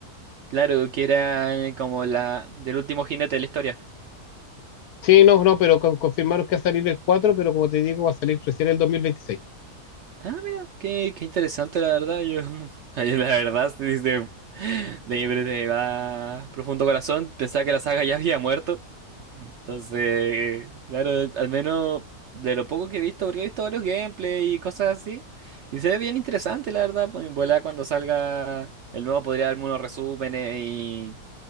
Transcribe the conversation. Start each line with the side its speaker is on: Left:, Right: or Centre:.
Right: Claro, que era eh, como la del último jinete de la historia.
Left: Sí, no, no, pero con- confirmaron que va a salir el 4, pero como te digo, va a salir recién el 2026.
Right: Ah, mira, qué, qué interesante la verdad. Yo, <laughs> Ay, la verdad, sí, de, de, mi- de mi más profundo corazón, pensaba que la saga ya había muerto. Entonces, claro, al menos de lo poco que he visto, porque he visto varios gameplay y cosas así. Y se ve bien interesante, la verdad. Pues en volá cuando salga el nuevo podría darme unos resúmenes y,